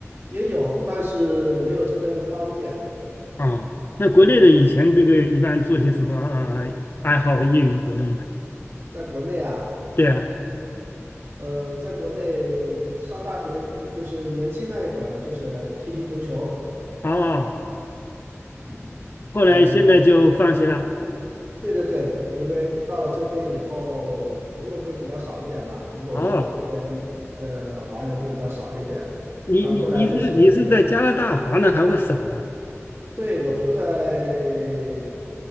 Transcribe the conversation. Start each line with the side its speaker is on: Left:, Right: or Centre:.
Right: 也有，但是没有这边的方便，
Left: 啊，那国内的以前这个一般做些什么啊爱好业余活动呢？
Right: 因为在国内啊，
Left: 对啊，
Right: 呃，在国内上大学就是年轻那一会儿，就是踢踢足球，
Left: 哦，
Right: 嗯。
Left: 后来现在就放弃了。
Right: 呃对对对，因为到了这边以后，朋友会比较少一点嘛，因为我住在这边的华人会比较少一点，
Left: 哦，你你你是你是在加拿大华人还会少啊？
Right: 刚过来认识的人不多。对，我住在